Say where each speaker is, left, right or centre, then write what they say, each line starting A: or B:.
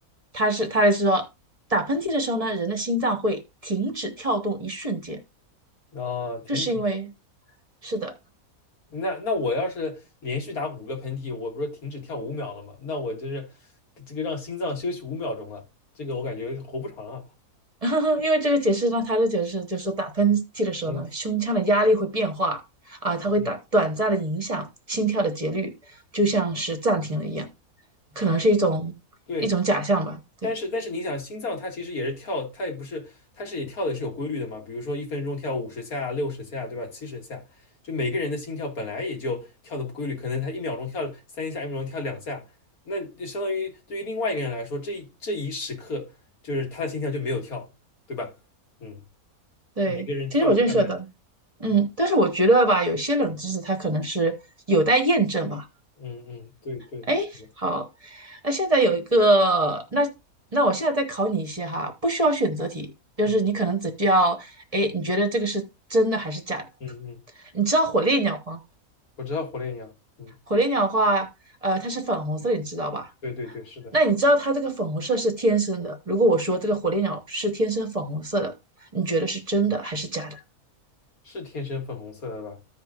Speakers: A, on the right; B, on the left.
A: 他是他是说打喷嚏的时候呢，人的心脏会停止跳动一瞬间，
B: 哦，停止。
A: 这是因为，是的，
B: 那那我要是连续打五个喷嚏，我不是停止跳五秒了吗？那我就是这个让心脏休息五秒钟了，这个我感觉活不长啊。
A: <laughs> 因为这个解释呢，他的解释就是说，打喷嚏的时候呢，
B: 嗯，是
A: 胸腔的压力会变化啊，它会打短暂的影响心跳的节律，
B: 这样
A: 就像是暂停了一样，可能是一种一种假象吧。
B: 对，
A: 对
B: 但是但是你想，心脏它其实也是跳，它也不是，它是也跳的是有规律的嘛。比如说一分钟跳五十下、六十下，对吧？七十下，就每个人的心跳本来也就跳的不规律，可能他一秒钟跳三下，一秒钟跳两下，那就相当于对于另外一个人来说，这一这一时刻就是他的心跳就没有跳，对吧？嗯。
A: 对，
B: 每个人跳有快慢。
A: 其实我认识的，嗯，
B: 嗯
A: 但是我觉得吧，有些冷知识它可能是有待验证吧。
B: 嗯嗯，对对，
A: 哎，
B: 是的，
A: 好，那现在有一个，那那我现在再考你一些哈，不需要选择题，就是你可能只需要，
B: 嗯
A: 哎，你觉得这个是真的还是假的？
B: 嗯嗯，
A: 你知道火烈鸟吗？
B: 我知道火烈鸟，嗯，
A: 火烈鸟的话，呃，它是粉红色，你知道吧？
B: 对对对，是的，
A: 那你知道它这个粉红色是天生的？如果我说这个火烈鸟是天生粉红色的，你觉得是真的还是假的？
B: 是天生粉红色的吧？